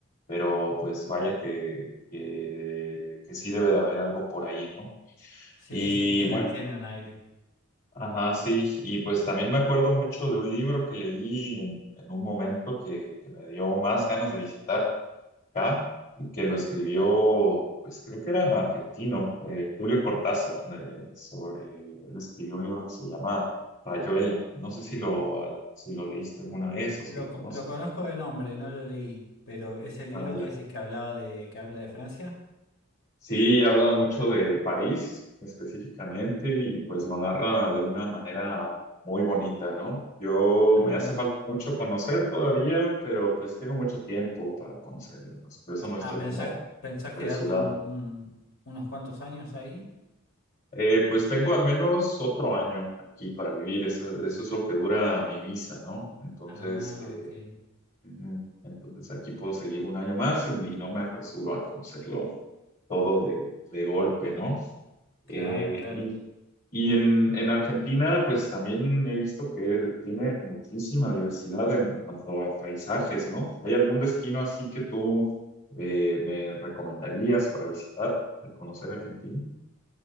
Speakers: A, on the left; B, on the left.
A: pero pues vaya que, que, que sí debe de haber algo por ahí, ¿no?
B: Sí,
A: Y
B: sí, tiene,
A: bueno,
B: tiene un aire.
A: ajá, sí, y pues también me acuerdo mucho de un libro que leí en, en un momento que, que me dio más ganas de visitar acá, y que lo escribió, pues creo que era argentino, eh, Julio Cortázar, eh, sobre, él escribió un libro que se llama Rayuela. No sé si lo, al- si lo leíste alguna vez o si
B: Lo,
A: lo conoces.
B: co- lo conozco de nombre, no lo leí, pero es el libro
A: Ah, ya.
B: que decís que hablaba de, que habla de Francia.
A: Sí, habla mucho de París específicamente y pues lo narra de una manera muy bonita, ¿no? Yo
B: Ah,
A: me hace falta mucho conocer todavía, pero pues tengo mucho tiempo para conocerlo, pues, por eso no estoy
B: ah, ¿pensás,
A: como
B: pensás
A: apresurado.
B: quedarte un- un- unos cuantos años ahí?
A: Eh, pues tengo al menos otro año aquí para vivir, eso, eso es lo que dura mi visa, ¿no? Entonces,
B: Ah,
A: eh,
B: ok.
A: ujú, entonces aquí puedo seguir un año más y no me apresuro a conocerlo todo de, de golpe, ¿no?
B: Claro,
A: Eh,
B: claro.
A: y y en, en Argentina, pues también he visto que tiene muchísima diversidad en cuanto a paisajes, ¿no? ¿Hay algún destino así que tú eh, me recomendarías para visitar al conocer Argentina?